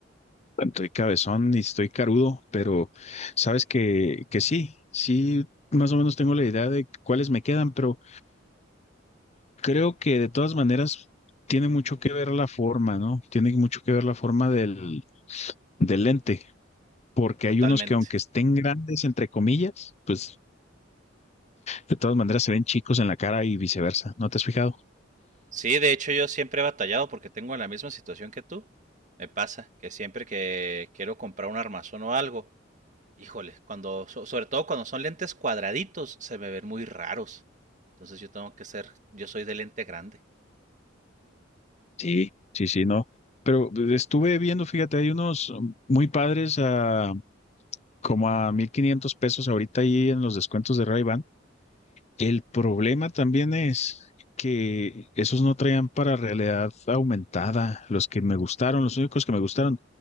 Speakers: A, on the left (about 35°); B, on the right (about 40°).
A: Bueno, Estoy cabezón y estoy carudo, pero sabes que, que sí, sí, más o menos tengo la idea de cuáles me quedan, pero Creo que de todas maneras tiene mucho que ver la forma, ¿no? Tiene mucho que ver la forma del, del lente, porque
B: Totalmente.
A: hay unos que aunque estén grandes, entre comillas, pues de todas maneras se ven chicos en la cara y viceversa. ¿No te has fijado?
B: Sí, de hecho yo siempre he batallado porque tengo la misma situación que tú. Me pasa que siempre que quiero comprar un armazón o algo, Híjole, cuando, so- sobre todo cuando son lentes cuadraditos, se me ven muy raros. Entonces yo tengo que ser, yo soy de lente grande.
A: Sí. Sí, sí, no. Pero estuve viendo, fíjate, hay unos muy padres a como a 1500 pesos ahorita ahí en los descuentos de ray El problema también es que esos no traían para realidad aumentada, los que me gustaron, los únicos que me gustaron.